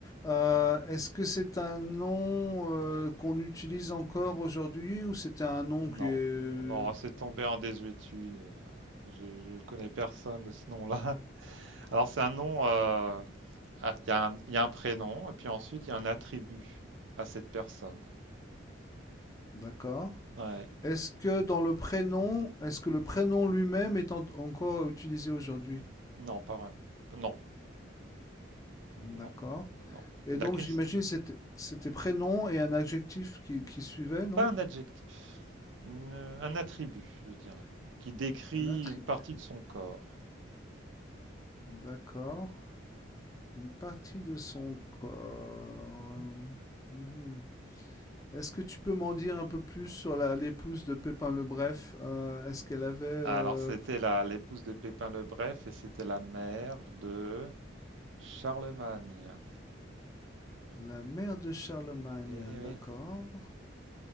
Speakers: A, on the left (about 15°); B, on the right (about 75°).
A: Euh, est-ce que c'est un nom euh, qu'on utilise encore aujourd'hui ou c'était un nom
B: Non.
A: que...
B: Non, c'est tombé en désuétude. euh, Je, je connais personne de ce nom-là. <laughs> Alors, c'est un nom. euh, ah, Il y a un, il y a un prénom, et puis ensuite, il y a un attribut à cette personne.
A: D'accord.
B: Ouais.
A: Est-ce que dans le prénom, est-ce que le prénom lui-même est en- encore utilisé aujourd'hui?
B: Non, pas vraiment. Non,
A: D'accord.
B: non, non.
A: Et
B: Il n'a
A: donc,
B: qu'une.
A: j'imagine c'était c'était prénom et un adjectif qui, qui suivait, non?
B: Pas un adjectif. Une- un attribut, je dirais, qui décrit
A: Un attribut.
B: une partie de son corps.
A: D'accord. Une partie de son corps.
B: Mhm.
A: Mhm. Est-ce que tu peux m'en dire un peu plus sur la- l'épouse de Pépin le Bref? Euh, est-ce qu'elle avait euh,
B: Alors, c'était la, l'épouse de Pépin le Bref, et c'était la mère de Charlemagne.
A: la mère de Charlemagne?
B: Eh
A: D'accord.
B: oui.